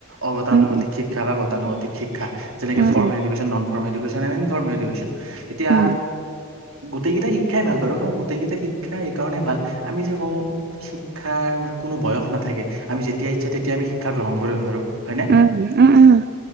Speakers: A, on the right (about 85°); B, on the right (about 50°).
A: অগতানুগতিক
B: উম
A: শিক্ষা বা গতানুগতিক শিক্ষা যেনেকে
B: উম
A: formal education formal education and formal education এতিয়া
B: উম
A: গোটেইকেইটাই শিক্ষাই ভাল বাৰু কাৰণ গোটেইকেইটা শিক্ষা এই কাৰণে ভাল আমি যে কওঁ শিক্ষাৰ কোনো বয়স নাথাকে আমি যেতিয়া ইচ্ছা তেতিয়া আমি শিক্ষা গ্ৰহণ কৰিব পাৰোঁ হয়নে?
B: উম উম উম